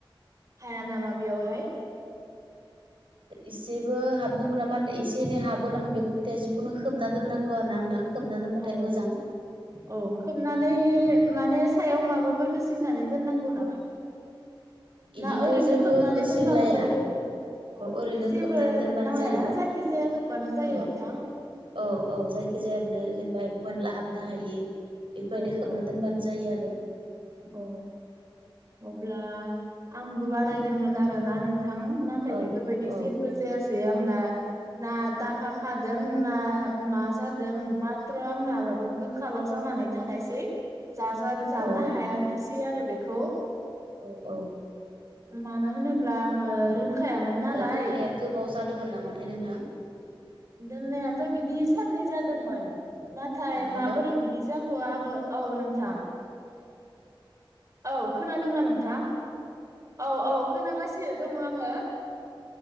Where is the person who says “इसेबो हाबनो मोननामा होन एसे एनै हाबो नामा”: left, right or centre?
Right